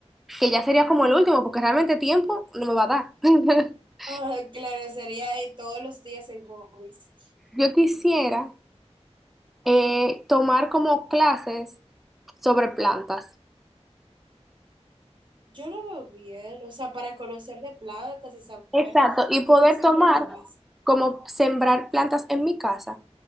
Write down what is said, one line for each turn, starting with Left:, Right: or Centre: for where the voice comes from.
Centre: que ya sería como el último, porque realmente tiempo no me va a dar. <laughs>
Right: Ah, claro, sería ahí todos los días en hobbies.
Centre: Yo quisiera eh, tomar como clases sobre plantas.
Right: Yo lo veo bien, o sea, para conocerle plantas y saber
Centre: Exacto, y
Right: cómo
Centre: poder
Right: sembrarlas.
Centre: tomar como sembrar plantas en mi casa.